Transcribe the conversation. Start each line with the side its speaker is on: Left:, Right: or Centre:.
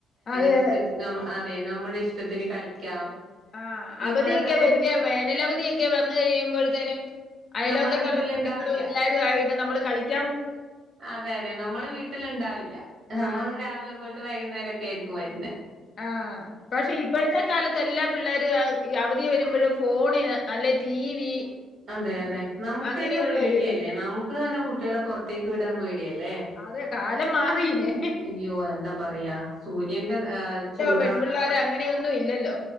Left: അതെ
Right: ഇഷ്ടത്തിന്
Left: അതെ
Right: ആ നമ്മുടെ ഇഷ്ടത്തിന് കളിക്കാം
Left: ആഹ അവധിയൊക്കെ
Right: ഇപ്പോഴത്തെ കു
Left: വല്യ വേനലവധിയൊക്കെ വന്ന് കഴിയുമ്പോഴത്തേനും അയലോക്കത്തുള്ള
Right: നമ്മള് വീട്ടിലുണ്ടാവില്ല
Left: കുട്ടികളും എല്ലാവരും ആയിട്ട് നമ്മള് കളിക്കും
Right: അതെ അതെ നമ്മള് വീട്ടില് ഉണ്ടാവില്ല ഹ് നമ്മൾ
Left: ആ
Right: രാവിലെ പോയിട്ട് വൈകുന്നരൊക്കെ ആയിരിക്കും വരുന്നെ
Left: ആഹ പക്ഷെ ഇപ്പോഴത്തെ കാലത്ത് എല്ലാ പിള്ളേരും അവധി വരുമ്പോഴും ഫോണ് അല്ലെ ടി വി
Right: അതെ അതെ നമുക്ക്
Left: അങ്ങനെയുള്ള
Right: തന്നെ പേടിയല്ലേ
Left: ഒരിതാ
Right: നമുക്ക് തന്നെ കുട്ടികളെ പുറത്തേക്ക് വിടാൻ പേടി യ അല്ല്യെ
Left: അതെ കാലം മാറിയില്ലേ
Right: അയ്യോ എന്താ പറയാ സൂര്യന്റെ താചൂ ട്
Left: പെൺപിള്ളേർ അങ്ങനെയൊന്നും ഇല്ലല്ലോ